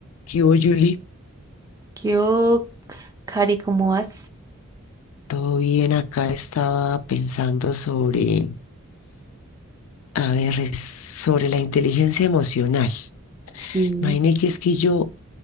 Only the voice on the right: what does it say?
Yo, Cari, ¿cómo vas?
Sí,